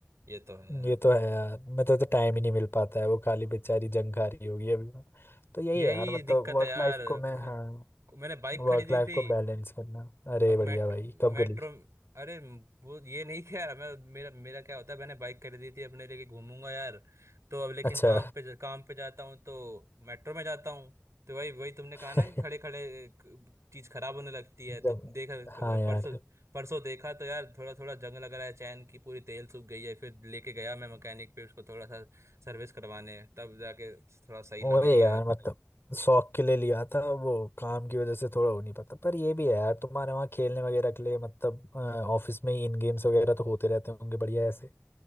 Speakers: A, on the right (about 65°); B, on the left (about 50°).
A: ये तो है यार
B: ये तो है यार मतलब तो टाइम ही नहीं मिल पाता है वो काली बेचारी जंग खा रही होगी अभी तो यही
A: यही
B: है यार मतलब
A: दिक्कत
B: वर्क
A: है यार
B: लाइफ को मैं
A: ख,
B: हाँ
A: मैंने बाइक
B: वर्क
A: खरीदी
B: लाइफ
A: थी
B: को बैलेंस करना अरे
A: अब
B: बढ़िया
A: मेट्रो
B: भाई कब
A: मेट्रो
B: गली
A: अरे वो ये नहीं क्या यार मैं मेरा मेरा क्या होता है मैंने बाइक खरीदी थी अपने लेके घूमूंगा यार तो अब लेकिन
B: अच्छा
A: काम पे ज- काम पे जाता हूँ तो मेट्रो में जाता हूँ तो वही वही तुमने कहा
B: <laughs>
A: ना कि खड़े खड़े चीज खराब होने लगती है
B: जब
A: तो देखा
B: हाँ यार
A: परसों परसों देखा तो यार थोड़ा थोड़ा जंग लग रहा है चैन की पूरी तेल सूख गई है फिर लेके गया मैं मैकेनिक पे उसको थोड़ा सा सर्विस करवाने तब जाके थोड़ा सही
B: वही
A: लग रही है
B: यार मतलब शौक के लिए लिया था वो काम की वजह से थोड़ा हो नहीं पाता पर ये भी है यार तुम्हारे वहाँ खेलने वगैरह के लिए मतलब अ, ऑफिस में ही इन गेम्स वगैरह तो होते रहते होंगे बढ़िया ऐसे